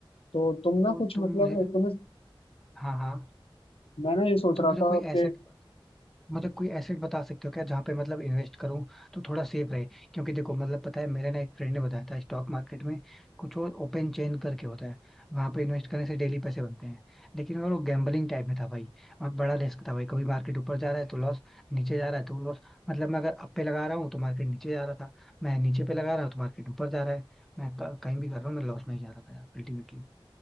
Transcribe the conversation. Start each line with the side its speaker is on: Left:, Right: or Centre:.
Left: तो तुम ना
Centre: तो
Left: कुछ
Centre: तुम
Left: मतलब
Centre: मुझे
Left: तुम्हें
Centre: हाँ हाँ
Left: मैं ना ये सोच
Centre: तो
Left: रहा
Centre: मुझे
Left: था
Centre: कोई एसेट
Left: कि
Centre: मतलब कोई एसेट बता सकते हो क्या जहाँ पे मतलब इन्वेस्ट करूँ तो थोड़ा सेफ रहे क्योंकि देखो मतलब पता है मेरे ना एक फ्रेंड ने बताया था स्टॉक मार्केट में कुछ और ओपन चेन करके होता है वहां पे इन्वेस्ट करने से डेली पैसे बनते हैं लेकिन वो गैम्बलिंग टाइप में था भाई वहाँ बड़ा रिस्क था भाई कभी मार्केट ऊपर जा रहा है तो लॉस नीचे जा रहा है तो लॉस मतलब मैं अगर अप पे लगा रहा हूँ तो मार्केट नीचे जा रहा था मैं नीचे पे लगा रहा हूँ तो मार्केट ऊपर जा रहा है मैं क- कहीं भी कर रहा हूँ मैं लॉस में ही जा रहा था यार अल्टीमेटली